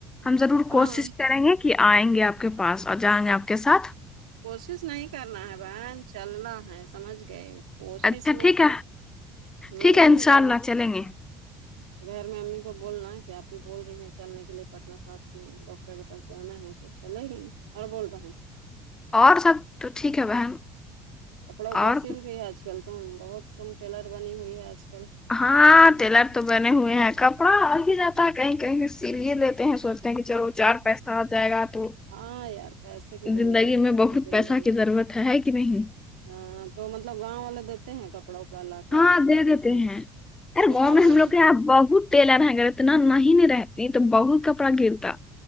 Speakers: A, on the left; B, on the right.
A: ہم ضرور کوشش
B: ہاں
A: کریں گے کہ آئیں گے آپ کے پاس اور جائیں گے آپ کے ساتھ
B: کوشش نہیں کرنا ہے بہن چلنا ہے سمجھ گئے کوشش
A: اچھا
B: میں
A: ٹھیک
B: تو
A: ہے
B: <unintelligible>
A: ٹھیک ہے انشاءاللہ
B: گھر
A: چلیں گے
B: گھر میں امی کو بولنا ہے کہ آپی بول رہی ہیں چلنے کے لیے پٹن ساتھ میں ڈاکٹر کے پاس جانا ہے تو چلے گئی اور بول رہا
A: اور سب تو ٹھیک ہے بہن
B: کپڑا وپڑا
A: اور
B: سل رہی ہے آج کل تم بہت تم ٹیلر بنی ہوئی ہے آج کل
A: ہاں ٹیلر تو بنے ہوئے ہیں کپڑا آ ہی جاتا ہے کہیں کہیں سلے لیتے ہیں سو <unintelligible> چار پیسہ آ جائے گا تو
B: ہاں یار پیسے کی بہت
A: زندگی
B: ضرورت
A: میں بہت
B: ہے زندگی
A: پیسہ کی
B: میں
A: ضرورت ہے کی نہیں
B: ہاں تو مطلب گاؤں والے دیتے ہیں کپڑا وپڑا لا کر
A: ہاں دے
B: تم
A: دیتے
B: کو
A: ہیں ارے
B: کتنا
A: گاؤں میں
B: دیر
A: ہم لوگ
B: سے
A: کے یہاں بہت تیلار <unintelligible> نہیں رہتی تو بہت کپڑا گرتا